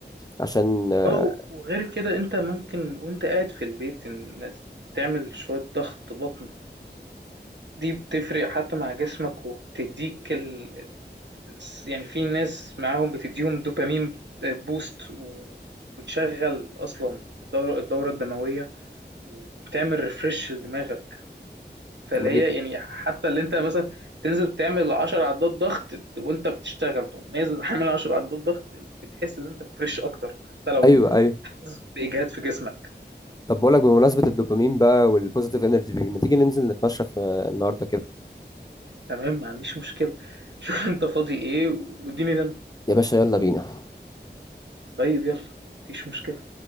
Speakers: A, on the left; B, on the right.
A: عشان آه،
B: أو وغير كده أنت ممكن وأنت قاعد في البيت إن- بس تعمل شوية ضغط بطن دي بتفرق حتى مع جسمك وبتديك ال... يعني في ناس معاهم بتديهم دوبامين بوست وبتشغل أصلا الدورة الدورة الدموية وبتعمل ريفرش لدماغك فاللي
A: طب ما
B: هي
A: دي-
B: يعني حتى اللي انت مثلا تنزل تعمل 10 عدات ضغط وانت بتشتغل تقوم نازل حامل 10 عدات ضغط بتحس ان انت فريش اكتر حتى لو
A: ايوه ايوه
B: حاسس باجهاد في جسمك
A: طب بقولك بمناسبة الدوبامين بقى والبوزيتيف انرجي دي ما تيجي ننزل نتمشى في النهاردة كده
B: تمام ما عنديش مشكله شوف انت فاضي ايه واديني رن
A: يا باشا يلا بينا
B: طيب يلا مفيش مشكله